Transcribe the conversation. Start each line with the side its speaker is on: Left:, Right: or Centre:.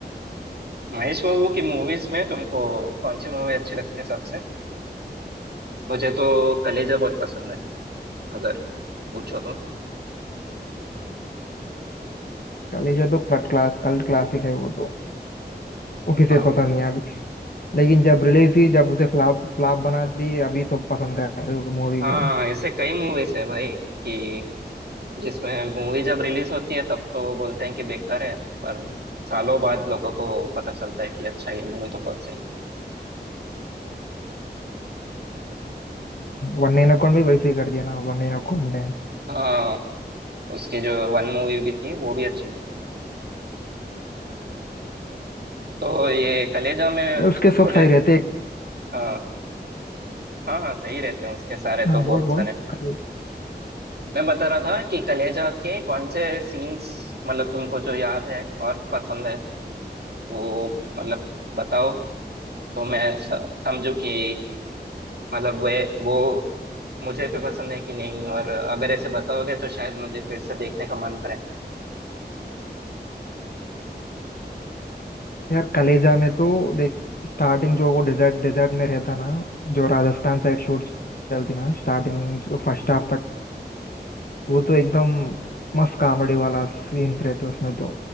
Right: महेश बाबू की मूवीज में तुमको कौन सी मूवी अच्छी लगती है सबसे मुझे तो कलेजा बहुत पसंद है अगर पूछो तो
Left: चलिए ये तो क्लट क्लास कल्ट क्लासिक है वो तो वो किसे
Right: हाँ
Left: पसंद
Right: वो
Left: नहीं आती लेकिन जब रिलीज हुई जब उसे फ्लॉप फ्लॉप बना दी अभी सब पसंद कर रहे हो मूवी
Right: हाँ
Left: को
Right: ऐसे कई मूवीज है भाई कि जिसमें मूवी जब रिलीज होती है तब तो बोलते हैं कि बेकार है पर सालों बाद लोगों को पता चलता है कि अच्छा ये मूवी तो बहुत सही
Left: वन नाइन अकाउंट भी वैसे ही कर दिया ना वन नाइन अकाउंट ने
Right: हाँ उसकी जो वन मूवी भी थी वो भी अच्छी थी तो ये कलेजा में
Left: यार उसके सब
Right: थोड़े
Left: सही रहते
Right: हाँ हाँ हाँ सही रहते हैं उसके सारे
Left: हाँ
Right: तो
Left: बोल
Right: बहुत
Left: बोल
Right: सारे
Left: कले-
Right: मैं बता रहा था कि कलेजा के कौन से सीन्स मतलब तुमको जो याद है और पसंद है वो मतलब बताओ तो मैं स- समझूं कि मतलब वे वो मुझे पे पसंद है कि नहीं और अगर ऐसे बताओगे तो शायद मुझे फिर से देखने का मन करे
Left: यार कलेजा में तो देख स्टार्टिंग जो वो डेजर्ट डेजर्ट में रहता ना जो राजस्थान साइड शूट चलती ना स्टार्टिंग जो फर्स्ट हाफ तक वो तो एकदम मस्त कॉमेडी वाला सीन्स रहते उसमें तो